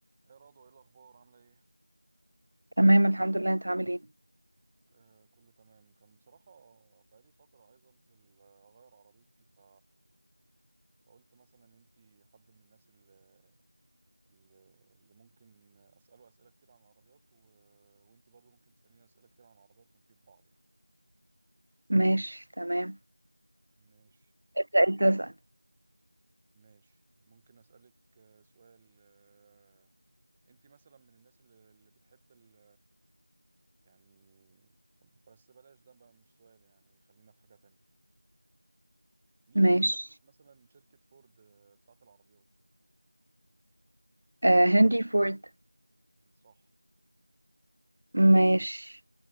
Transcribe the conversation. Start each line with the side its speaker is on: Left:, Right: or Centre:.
Centre: ايه رضوى ايه الاخبار عامله ايه
Right: تمام الحمد لله انت عامل ايه
Centre: آه كله تمام كان بصراحه بقالي فتره عايز انزل آه، اغير عربيتي ف فقلت مثلا انتي حد من الناس اللي, اللي ممكن اساله اسئله كتير عن العربيات و... وانتي برضو ممكن تساليني اسئله كتير عن العربيات ونفيد بعض يعني
Right: ماشي تمام
Centre: ماشي
Right: ابدأ انت اسأل
Centre: ماشي ممكن اسالك آه، سؤال آه، انتي مثلا من الناس اللي, اللي بتحب ال... يعني بس بلاش ده بقى مش سؤال يعني خلينا في حاجه تانية مين
Right: ماشي
Centre: اللي مؤسس مثلا شركة فورد آه، بتاعت العربيات
Right: آه هنري فورد
Centre: م، صح
Right: ماشي